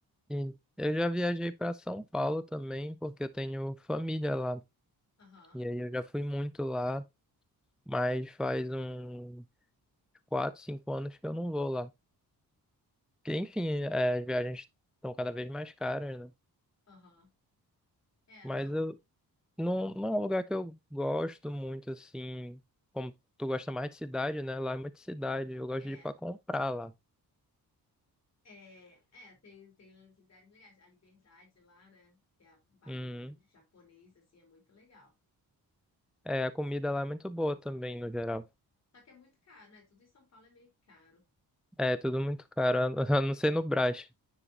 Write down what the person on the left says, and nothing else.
Aham,
aham. É,
não.
É.
É, é, tem, tem lugares legais. A Liberdade lá, né? Que é o bairro
japonês, assim, é muito legal
em São Paulo.
Só que é muito caro, né? Tudo em São Paulo é meio caro.